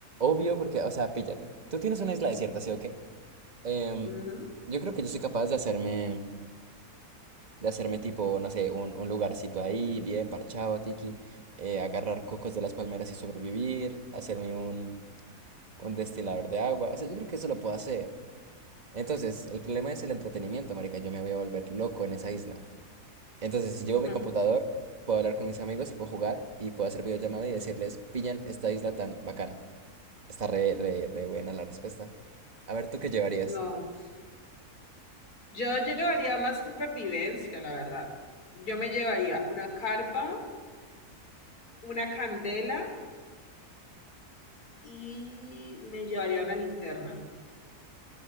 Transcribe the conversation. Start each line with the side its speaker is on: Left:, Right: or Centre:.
Right: Obvio, porque, o sea, píllate. Tú tienes una isla desierta, ¿sí o qué? Em,
Left: Ujú,
Right: yo creo que yo soy capaz de hacerme de hacerme tipo, no sé, un, un lugarcito ahí, bien parchado, tiki, eh, agarrar cocos de las palmeras y sobrevivir, hacerme un, un destilador de agua, o sea, yo creo que eso lo puedo hacer. Entonces, el problema es el entretenimiento, marica, yo me voy a volver loco en esa isla. Entonces, si llevo
Left: ujú.
Right: mi computador, puedo hablar con mis amigos y puedo jugar y puedo hacer videollamada y decirles, pillan esta isla tan bacana. Está re, re, re buena la respuesta. A ver, ¿tú qué llevarías?
Left: No. Yo llevaría más supervivencia, la verdad. Yo me llevaría una carpa, una candela y me llevaría una linterna.